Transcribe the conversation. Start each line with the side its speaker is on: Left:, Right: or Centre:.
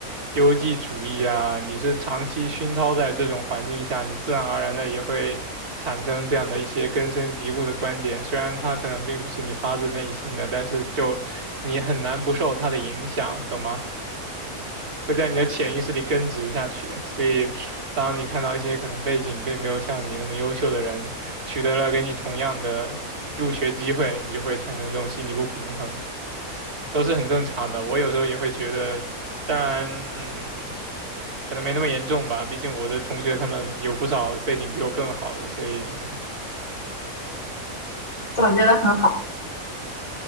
Right: 优绩主义啊，你是长期熏陶在这种环境下，你自然而然的也会产生这样的一些根深蒂固的观点，虽然它可能并不是你发自内心的，但是就你很难不受它的影响，懂吗？会在你的潜意识里根植下去。所以，当你看到一些可能背景并没有像你那么优秀的人取得了跟你同样的入学机会，你就会产生这种心理不平衡，都是很正常的。我有时候也会觉得，当然，嗯，可能没那么严重吧，毕竟我的同学他们有不少背景比我更好的，所以，嗯。
Left: 总结的很好。